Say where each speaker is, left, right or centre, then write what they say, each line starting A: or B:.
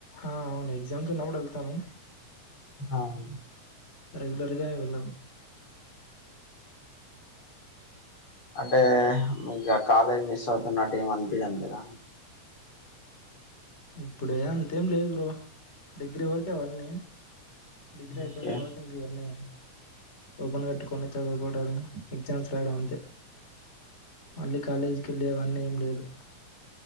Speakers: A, on the left; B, on the left.
A: ఆ అవును ఎక్జామ్స్ ఉన్నప్పుడు ఎళ్తాను
B: హవును
A: రెగ్యలర్గా వెళ్ళను
B: అంటే మీకా ఆ కాలేజ్ మిస్ అవుతున్నట్టు ఏం అనిపియడం లేదా
A: ఇప్పుడే అంతేం లేదు బ్రో డిగ్రీ వరకే అవ్వన్నీ డిగ్రీ అయిపోయిన
B: ఓకే
A: తర్వాత ఇం ఇవన్నీ ఓపెన్ కట్టుకొని చదుకోడలు ఎగ్జామ్స్ రాయడం అంతే మళ్ళీ కాలేజీకి వెళ్ళే అవన్నీ ఏం లేదు